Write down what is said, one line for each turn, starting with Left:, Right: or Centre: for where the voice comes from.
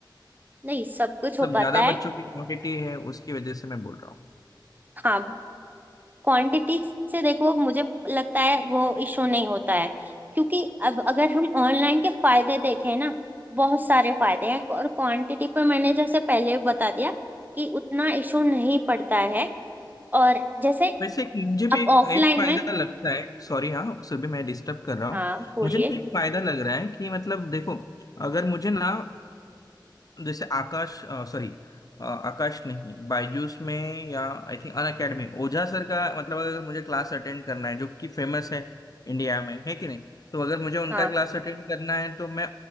Right: नहीं सब कुछ
Left: मतलब
Right: हो पाता
Left: ज्यादा
Right: है
Left: बच्चों की क्वांटिटी है उसकी वजह से मैं बोल रहा हूँ
Right: हाँ क्वांटिटी से देखो मुझे लगता है वो इशू नहीं होता है क्योंकि अब अगर हम ऑनलाइन के फायदे देखें ना बहुत सारे फायदे हैं और क्वांटिटी पर मैंने जैसे पहले भी बता दिया कि उतना इशू नहीं पड़ता है और जैसे
Left: वैसे एक मुझे भी
Right: अब
Left: एक
Right: ऑफलाइन
Left: एक फायदा
Right: में
Left: लगता है सॉरी हाँ सुबह मैं डिस्टर्ब कर रहा हूँ
Right: हाँ बोलिए
Left: मुझे ना एक फायदा लग रहा है कि मतलब देखो अगर मुझे ना अ, जैसे आकाश सॉरी आकाश नहीं बायजूस में या I think Unacademy Ojha sir का मतलब अगर मुझे क्लास अटेंड करना है जो कि फेमस है इंडिया में है कि नहीं तो अगर मुझे उनका
Right: हाँ
Left: क्लास अटेंड करना है तो मैं